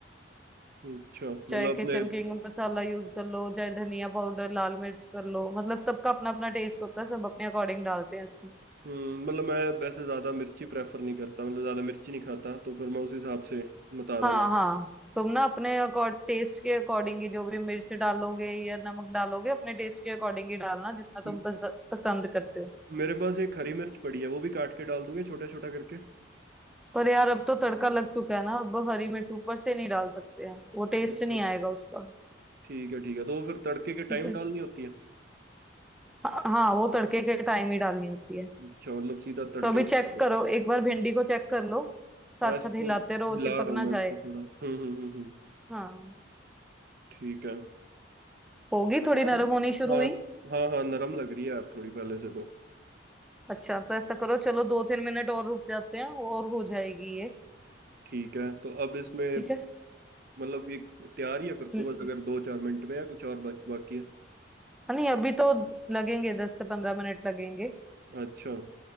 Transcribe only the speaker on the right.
हम्म, अच्छा मतलब
अपने
हम्म मतलब मैं वैसे ज़्यादा मिर्ची प्रेफर नहीं करता मतलब ज़्यादा मिर्ची नहीं खाता तो फिर मैं उस हिसाब से बता
देना
म-
मेरे पास एक हरी मिर्च पड़ी है वो भी काट के डाल दूंगे छोटा छोटा करके
मतलब
ठीक है ठीक है तो वो फिर तड़के के
टाइम
डालनी होती है
अच्छा मतलब सीधा तड़के
में
करो।
हाँ
इसको
हिला
रहा हूँ
मैं
इसको थोड़ा हम्म हम्म हम्म हम्म,
ठीक है
अब
हाँ
हाँ हाँ नरम लग रही है यार थोड़ी पहले से तो
ठीक है तो अब इसमें
मतलब ये तैयार ही है फिर
तो बस अगर
दो चार मिनट में या कुछ और बाक- बाकी है
अच्छा